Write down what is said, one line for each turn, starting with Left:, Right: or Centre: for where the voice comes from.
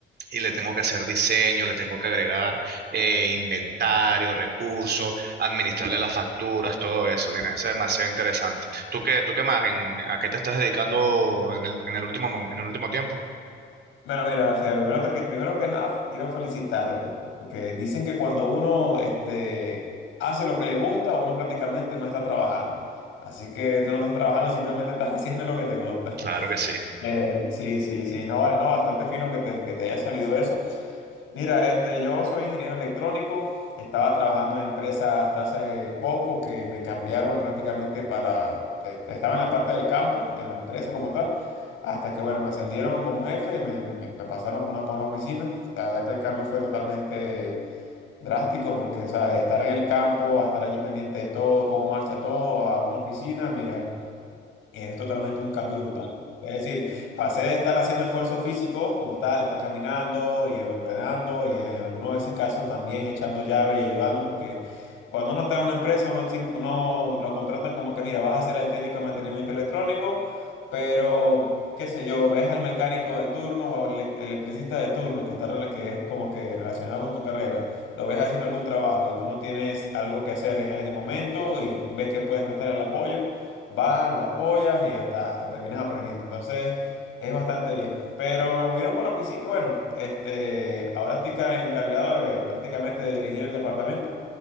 Right: y le tengo que hacer diseño, le tengo que agregar eh, inventario, recursos, administrarle las facturas, todo eso. Mira, eso es demasiado interesante. ¿Tú qué, tú qué más? ¿En- ¿a qué te estás dedicando en el, en el último, mom- en el último tiempo?
Left: Bueno, mira, Fea, primero te que, primero que nada quiero felicitarte pu- porque dicen que cuando uno este, hace lo que le gusta, uno prácticamente no está trabajando. Así que tú no estás trabajando, simplemente estás <laughs> haciendo lo que te gusta.
Right: Claro que sí,
Left: Eh, sí, sí, sí, no, vale, no, bastante fino que te, que te haya salido eso. Mira, este, yo soy ingeniero electrónico, estaba trabajando en empresas hasta hace poco que me cambiaron prácticamente para, eh, estaba en la parte del campo, en la empresa como tal, hasta que bueno, me ascendieron como jefe y me, me- me- me pasaron por una, por una oficina. La verdad que el cambio fue totalmente drástico porque, o sea, de estar en el campo a estar allí pendiente de todo, cómo marcha todo, a una oficina, mira. Es totalmente un cambio brutal. Es decir, pasé de estar haciendo esfuerzo físico como tal, estar caminando y ordenando y en algunos de esos casos también echando llave y ayudando, porque cuando uno está en una empresa, uno, tim- uno lo contratan como que, mira, vas a ser el técnico de mantenimiento electrónico, pero, qué sé yo, ves al mecánico de turno o al ele- electricista de turno que, está, rela- que es como que relacionado con tu carrera, lo ves haciendo algún trabajo y tú no tienes algo que hacer en ese momento y ves que puedes prestar el apoyo vas, lo apoyas y hasta, hasta terminas aprendiendo. Entonces, es bastante bien. Pero me movieron por la oficina y bueno, este, ahora estoy ca- encargado de prácticamente de dirigir el departamento,